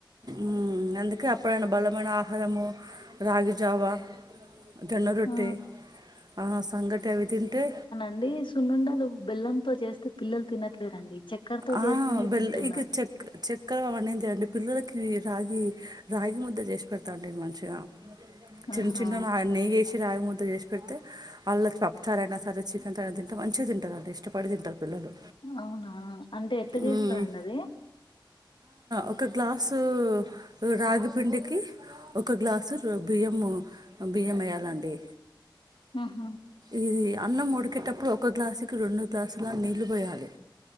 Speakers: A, on the right; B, on the left.
A: ఉ అందుకే అప్పుడైనా బలమైన ఆహారము రాగిజావ జొన్న రొట్టె
B: ఆ
A: ఆ సంగటి అవి తింటే
B: అంటే సున్నుండలు బెల్లంతొ చేస్తే పిల్లలు తినట్లేదండి చక్కర్తో
A: ఆ!
B: చేస్తేనే
A: బెల్ల
B: తింటున్నారు
A: ఇక చెక్ చక్కెర అవన్నీ చేయండి పిల్లలకి రాగి రాగి ముద్ద చేసి పెడతాండి మంచిగా చిన్న
B: ఆహా
A: చిన్న నా నెయ్యేసి రాగి ముద్ద చేసి పెడితే అల్లకు పప్పు చారు అయినా సరే చికెన్తో అయిన తింటే మంచిగా తింటారు ఇష్టపడి తింటారు పిల్లలు.
B: అవునా అంటే ఎట్లా
A: హ్మ్.
B: చేస్తారండి అది
A: ఒక గ్లాసు రాగిపిండికి ఒక గ్లాసు బియ్యము బియ్యం వేయాలండి
B: ఆహ
A: ఇది అన్నం ఉడికేటప్పుడు ఒక గ్లాసుకి రెండు గ్లాసులా దాకా నీళ్ళు పోయాలి